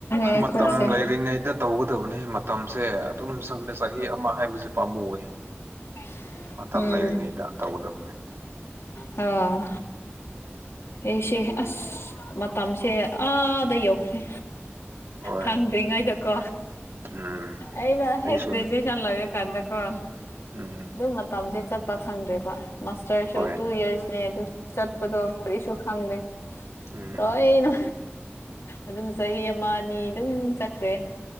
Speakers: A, on the left; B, on the right.
A: ꯑꯩꯈꯣꯏꯁꯦ
B: ꯃꯇꯝ ꯂꯩꯔꯤꯉꯩꯗ ꯇꯧꯒꯗꯕꯅꯤ ꯃꯇꯝꯁꯦ ꯑꯗꯨꯝ ꯆꯠꯂꯦ ꯆꯍꯤ ꯑꯃ ꯍꯥꯏꯕꯁꯦ ꯄꯥꯝꯃꯨꯋꯦ
A: ꯎꯝ
B: ꯃꯇꯝ
A: ꯎꯝ
B: ꯂꯩꯔꯤꯉꯩꯗ ꯇꯧꯒꯗꯕꯅꯤ
A: ꯑꯣ ꯑꯩꯁꯦ ꯑꯁ ꯃꯇꯝꯁꯦ ꯑꯥꯗ ꯌꯧꯈ꯭ꯔꯦ
B: ꯍꯣꯏ
A: ꯈꯪꯗ꯭ꯔꯤꯉꯩꯗꯀꯣ
B: ꯎꯝ
A: ꯑꯩꯅ
B: ꯑꯩꯁꯨꯅꯤ
A: ꯍꯦꯛ ꯒ꯭ꯔꯦꯖꯨꯋꯦꯠ ꯁꯟ ꯂꯣꯏꯔꯀꯥꯟꯗꯀꯣ
B: ꯎꯝ
A: ꯑꯗꯨꯝ ꯃꯇꯝꯁꯦ ꯆꯠꯄ ꯈꯪꯗ꯭ꯔꯦꯕ ꯃꯥꯁꯇꯔꯁꯨ
B: ꯍꯣꯏ
A: ꯇꯨ ꯌꯔꯁꯅꯦ ꯑꯗꯨ ꯆꯠꯄꯗꯣ ꯀꯔꯤꯁꯨ ꯈꯪꯗꯦ
B: ꯎꯝ
A: ꯂꯣꯏꯅ ꯑꯗꯨꯝ ꯆꯍꯤ ꯑꯃ ꯑꯅꯤ ꯑꯗꯨꯝ ꯆꯠꯈ꯭ꯔꯦ